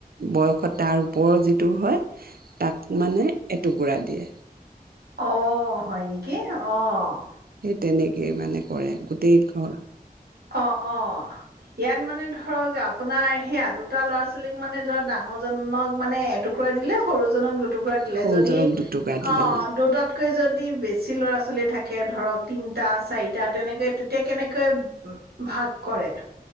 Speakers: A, on the right; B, on the right.
A: বয়সত, তাৰ ওপৰৰ যি এইটোও হয়, তাক মানে, এইটো টুকুৰা দিয়ে।
B: অ', হয় নেকি? অ'।
A: তেনে কে, মানে, কৰে গোটেই ঘৰ
B: অ', অ', ইয়াত মানে ধৰক আপু আপোনাৰ সেয়া দুটা ল'ৰা-ছোৱালীক, মানে, য'ৰা ডাঙৰজনক, মানে, এটুকুৰা দিলে, সৰুজনক দুটুকুৰা দিলে।
A: সৰুজনক
B: যদি,
A: দুটুকুৰা দিলে
B: অ', দুটাতকৈ যদি বেছি বেছি ল'ৰা-ছোৱালী থাকে, ধৰক, তিনটা, চাৰিটা তেনেকে। তেতিয়া কেনেকৈ ভাগ কৰে।